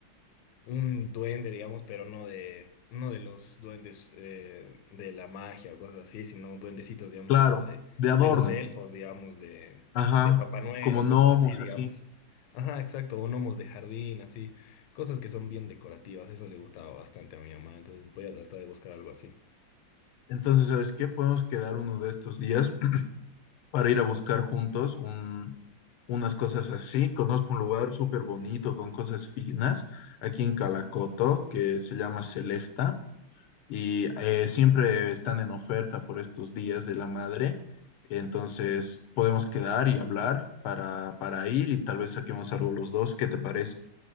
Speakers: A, on the left; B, on the left.
A: un duende, digamos, pero no de, no de los duendes eh, de la magia o cosas así, sino duendecitos, digamos,
B: Claro,
A: tipo de,
B: de adorno.
A: de los elfos, digamos, de,
B: Ajá,
A: de Papá Noel
B: como
A: o
B: gnomos,
A: cosas así, digamos.
B: así.
A: Ajá, exacto, o gnomos de jardín, así, cosas que son bien decorativas, eso le gustaba bastante a mi mamá, entonces voy a tratar de buscar algo así.
B: Entonces, ¿sabes qué? Podemos quedar uno de estos días para ir a buscar juntos un, unas cosas así. Conozco un lugar súper bonito con cosas finas aquí en Calacoto que se llama Selecta. y eh, siempre están en oferta por estos días de la madre. Entonces podemos quedar y hablar para, para ir y tal vez saquemos algo los dos. ¿Qué te parece?